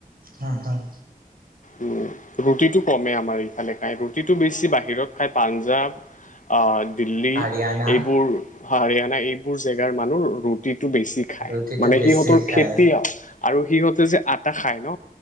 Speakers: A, on the right; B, on the left.
A: হুম হুম।
B: উম ৰুটিটো কমে আমাৰ এইফালে খাই ৰুটিটো বেছি বাহিৰত খাই পাঞ্জাৱ আহ। দিল্লী
A: হাৰিয়ানা
B: এইবোৰ হাৰিয়ানা এইবোৰ জেগাৰ মানুহ ৰুটি বেছি খাই
A: ৰুটিটো
B: মানে
A: বেছি
B: সিহঁতৰ
A: খায়
B: খেতি আৰু সিহঁতে যে আ আটা খাই ন